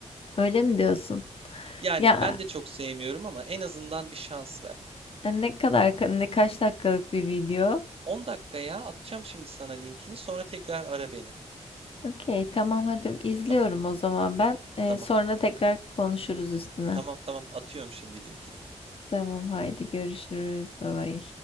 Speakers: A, on the left; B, on the right.
A: Öyle mi diyorsun?
B: Yani
A: Ya
B: ben de çok sevmiyorum ama en azından bir şans ver.
A: e, ne kadar ka- ne kaç dakikalık bir video?
B: 10 dakikaya atacağım şimdi sana linkini. Sonra tekrar ara beni.
A: Okey tamam hadi izliyorum
B: Tamam?
A: o zaman ben. E,
B: Tamam.
A: sonra tekrar konuşuruz üstüne.
B: Tamam tamam atıyorum şimdi linkini.
A: Tamam haydi görüşürüz. Bye bye.